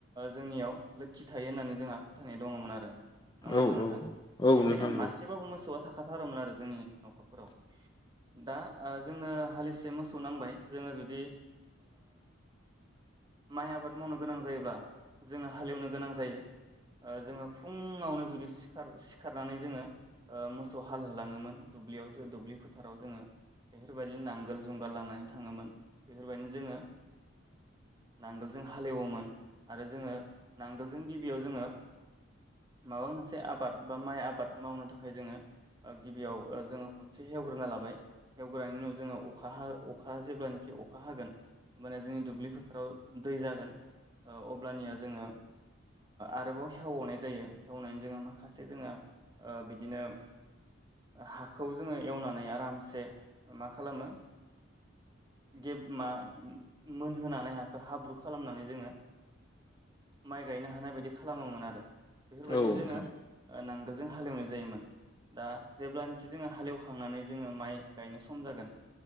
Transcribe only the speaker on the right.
जोंनियाव लोखि थायो होननानै जोंहा। फोथायनाय दङमोन आरो नङा
होमबा
नोंथां
बेनिखायनो
मा। एसेबाबो मोसौआ थाखाथारोमोन आरो जोंनि नखरफोराव। दा जोंनो हालिसे मोसौ नांबाय जोङो जुदि। माइ आबाद मावनो गोनां जायोब्ला जोङो हालेवनो गोनां जायो। जोङो फुङावनो जुदिखार सिखारनानै जोङो। मोसौ हाल होलाङोमोन दुब्लियाव जो दुब्लि फोथाराव जोङो। बेफोरबायदिनो नांगोल जुंगाल लानानै थाङोमोन बेफोरबायदिनो जोङो नांगोलजों हालेवोमोन आरो जोङो नांगोलजों गिबियाव जोङो। माबा मोनसे आबाद बा माइ आबाद मावनो थाखाय जोङो। गिबियाव जोङो खनसे हेवग्रोना लाबाय हवग्रनि उनाव जोङो अखा ह अखा जेब्लानोाखि अखा हागोन। माने जोंनि दुब्लि फोथाराव दै जागोन अब्लानिया जोङो। आरोबाव हेवनाय जायो हेवनायनि जोङो माखासे जोङो बिदिनो। हाखौ जोङो एवनानै आरामसे मा खालामो। गेब मा मोनहोनानै हाखौ हाब्रु खालामनानै जोङो। माइ गायनो हानाय बायदि खालामोमोन आरो बेफोर बायदिनो
जोङो
नांगोलजों हालेवनाय जायोमोन। दा जेब्लानोाखि जोङो हालेवखांनानै जोङो माइ गायनाय सम जागोन।